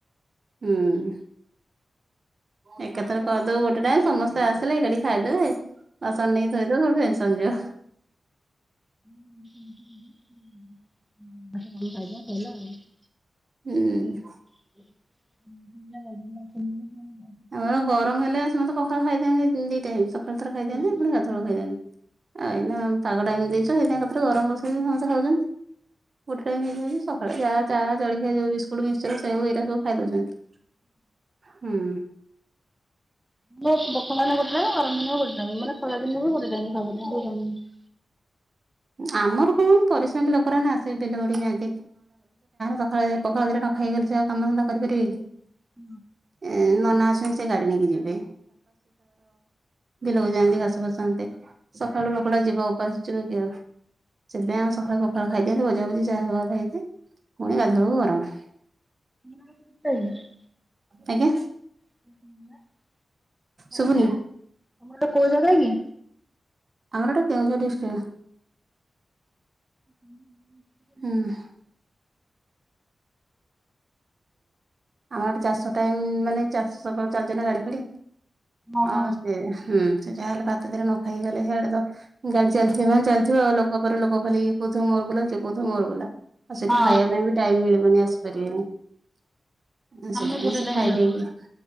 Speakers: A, on the right; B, in the centre.
A: ହୁଁ। ଏକାଥରେ କରିଦବୁ ଗୋଟେ ଟାଇମ୍। ସମସ୍ତେ ଆସିଲେ ଏକାଠି ଖାଇଦେବେ। ବାସନ ନେଇ ଧୋଇଦେବୁ ଟେନସନ୍ ଯିବ।
B: <inaudible>
A: ଉଁ।
B: <inaudible>
A: ଆମର ଗରମ ହେଲେ ସମତେ ପଖାଳ ଖାଇ ଦିଅନ୍ତି ଦି ଟାଇମ୍। ସକାଳୁ ଥରେ ଖାଇ
B: ହୁଁ
A: ଦିଅନ୍ତି ପୁଣି ଗାଧୁଆବେଳେ ଖାଇଯାଆନ୍ତି। ଏଇନା ପାଗଟା ଏମିତି ଦେଇଚି। ସେଇଥିପାଇଁ ଏକାଥରେ ଗରମ ବସେଇ ଦେ ସମସ୍ତେ କହୁଚନି। ଗୋଟେ ଟାଇମ୍ ହେଇଯାଉଛି। ସକାଳେ ଯାହା ଚାହା ଜଳଖିଆ ଯୋଉ ବିସ୍କୁଟ, ମିକ୍ସଚର, ସେଉ ହେରିକା ସବୁ ଖାଇ ଦଉଛନ୍ତି। ହୁଁ।
B: <inaudible> <unintelligible>
A: ଆମର କଣ ପରିଶ୍ରମୀ ଲୋକଗୁରା ଆସେ ଦିନେ ନା ଦିନେ <unintelligible> ସକାଳେ ଭାତ <unintelligible> ଖାଇଗଲେ ସେ ଆଉ କାମ ଧନ୍ଦା କରିପାରିବେ କି?
B: ହୁଁ
A: ଏଇ ମାନା ଅସୁଚି, ସେ ଗାଡି ନେଇକି ଯିବେ। ବିଲକୁ ଯାଆନ୍ତି ଘାସ ଫାସ ଆଣନ୍ତି। ସକାଳୁ ଲୋକଟା ଯିବ ଉପାସ ଯିବ କି? ସେଥିପାଇଁ ଆମେ ସକାଳୁ ପଖାଳ ଖାଇଦିଅନ୍ତି ଭଜାଭୁଜି ଯାହା ହବା କଥା ହେଇଥାଏ। ପୁଣି ଗାଧୁଆବେଳକୁ ଗରମ।
B: <inaudible>
A: କେବେ
B: <unintelligible>
A: ଶୁଭୁନି
B: ତମର କୋଉ ଜାଗା କି?
A: ଆମର ଏଟା କେଉଁଝର ଡିଷ୍ଟିକ୍।
B: ହୁଁ <unintelligible>
A: ହୁଁଉଁ ଆମଆଡେ ଚାଷ ଟାଇମ ମାନେ ଚାଷ ସ ଚାଲିଛନ୍ତି ନା ଗାଡି ଫାଡି।
B: ଓହୋ
A: ଆଉ ସେ ହୁଁ ସେ ଯାହାହେଲେ ଭାତ ଦିଟା ନଖାଇ ଗଲେ ସେଇଆଡେ ତ। ଗାଡି ଚାଲିମାନେ ଚାଲିଥିବ ଆଉ ଲୋକ ପରେ ଲୋକ ଖାଲି ଇଏ କହୁଥିବ ମୋର ବୁଲା ସେ କହୁଥିବ ମୋର ବୁଲା। ଆଉ ସେଇଠୁ
B: ହଁ
A: ଖାଇବା ପାଇଁ ବି ଟାଇମ ମିଳିବନି ଆସିପାରିବେନି।
B: ଆମେ
A: ସେଥିପାଇଁ
B: ଗୋଟେ
A: ସେ
B: ଟାଇମ୍
A: ଖାଇଦେଇକି
B: ଚାଷ।